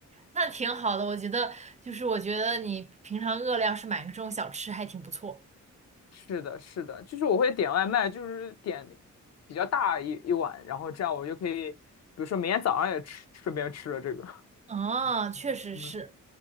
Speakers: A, on the right; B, on the left.
A: 那挺好的，我觉得就是我觉得你平常饿了，要是买个这种小吃还挺不错。
B: 是的，是的，就是我会点外卖，就是点比较大一一碗，然后这样我就可以，比如说明天早上也吃，顺便吃了这个。
A: 啊，确实是，
B: 嗯